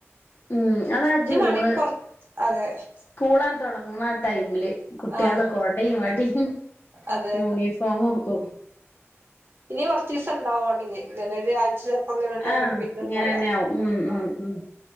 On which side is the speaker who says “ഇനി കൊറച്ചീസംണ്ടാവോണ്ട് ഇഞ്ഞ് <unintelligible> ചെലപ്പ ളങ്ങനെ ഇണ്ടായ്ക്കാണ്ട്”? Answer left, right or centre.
Right